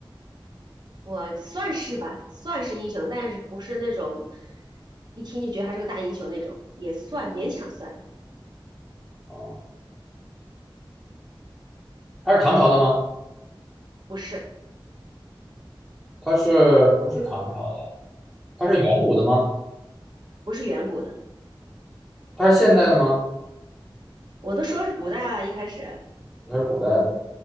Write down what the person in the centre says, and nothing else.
哦，他是唐朝的吗？
他是不是唐朝的？他是远古的吗？
他是现代的吗？
他是古代的？